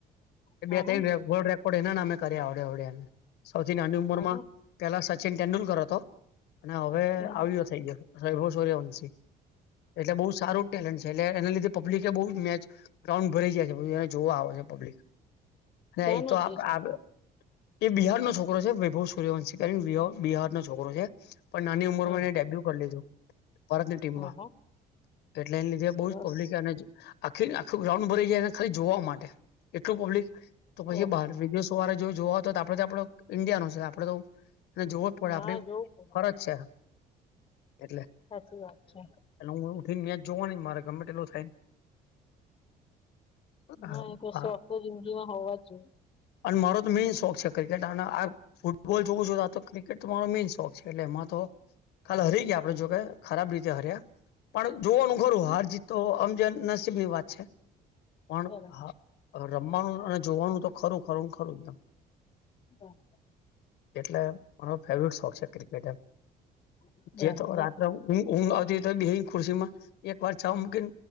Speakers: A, on the left; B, on the left.
A: હા
B: રેકોર્ડ
A: હા
B: એવોર્ડ એના નામે કર્યા આવડે આવડ્યા સૌથી નાની ઉંમરમાં
A: હા હા
B: પેલા સચિન તેંડુલકર હતો અને હવે
A: હમ.
B: આવયો થઇ ગયો વૈભવ સૂર્યવંશી એટલે બહુ સારું જ ટેલેન્ટ છે એટલે એના લીધે પબ્લિક એ બઉ મેચ ગ્રાઉન્ડ ભરી જાય છે એને જોવા આવે છે પબ્લિક અને
A: ક્યાંનો
B: એતો
A: છે
B: આ
A: એ છોકરો
B: એ બિહારનો છોકરો છે વૈભવ સૂર્યવંશી કરી ને બિહારનો છોકરો છે પણ નાની ઉંમર
A: આહા
B: એને ડેબ્યુ કર લીધું ભારતની ટીમમાં
A: આહા
B: એટલે એન લીધે
A: સરસ
B: બહુ જ પબ્લિક એને આખી આખું ગ્રાઉન્ડ ભરાઈ જાયને એને ખાલી જોવા માટે એટલું પબ્લિક તો પહિ
A: ઓહો
B: બાર વિદેશ તોરે જો જોવા હો તો આપડે તો આપડો ઈન્ડિયા છે આપડે ને જોવો જ પડે
A: હા
B: આપણે
A: જોવું પડે
B: ફરજ છે એટલે
A: સાચી વાત છે
B: એલે હું ઉઠીને મેચ જોવાનુ મારા ગમે તેટલો થાયન ને
A: ના શોખ તો જિંદગીમાં હોવા જ જોઈએ
B: અન મારો તો મેઈન શોખ છે ક્રિકેટ આ ના ફૂટબોલ જોવું છું તો આ તો ક્રિકેટ તો મારો મેઈન શોખ છે એટલે એમાં તો કાલ હરી ગયા આપડે જો કે ખરાબ રીતે હાર્યા પણ જોવાનું ખરું
A: હમ હમ.
B: હારજીત તો આમ જ નસીબની વાત છે પણ
A: બરાબર
B: હા રમવાનું અને જોવાનું તો ખરું ખરું ખરું એમ
A: <inaudible>
B: એટલે મારો ફેવરિટ શોખ છે ક્રિકેટ એમ.
A: બરાબર
B: જે તો
A: બરાબર
B: રાત્રે હું ઊ ઊંઘ આવતી ઓય તોયે બેહીન ખુશીમાં એક વાર ચાવ મૂકી ન